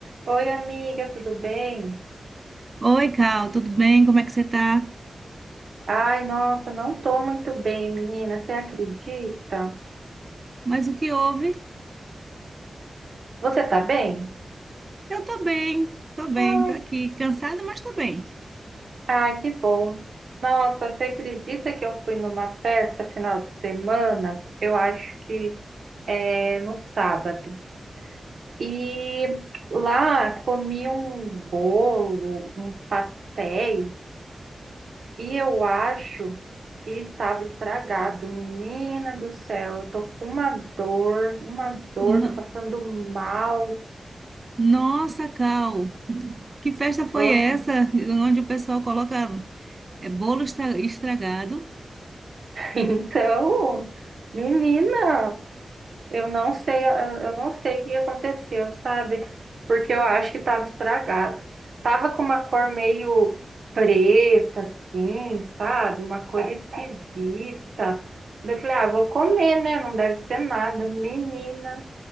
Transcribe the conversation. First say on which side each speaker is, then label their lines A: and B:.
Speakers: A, on the right; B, on the right.
A: Oi, amiga, tudo bem?
B: Oi, Cal, tudo bem? Como é que você tá?
A: Ai, nossa, não tô muito bem, menina, você acredita?
B: Mas o que houve?
A: Você tá bem?
B: Eu tô bem, tô bem,
A: Ai,
B: tô aqui, cansada, mas tô bem.
A: ai, que bom. Nossa, você acredita que eu fui numa festa final de semana? Eu acho que é no sábado. E lá comi um bolo, uns pastéis. E eu acho que estava estragado. Menina do céu, eu tô com uma dor, uma dor,
B: No-
A: tô passando mal.
B: Nossa, Cal, que festa foi
A: Ah,
B: essa?
A: <laughs>
B: Onde o pessoal coloca é, bolo estra- estragado?
A: Então, menina, eu não sei, eu eu não sei o que aconteceu, sabe? Porque eu acho que estava estragado. Tava com uma cor meio preta, assim, sabe? Uma cor esquisita. Daí Eu falei, ah, vou comer, né? Não deve ser nada. Menina.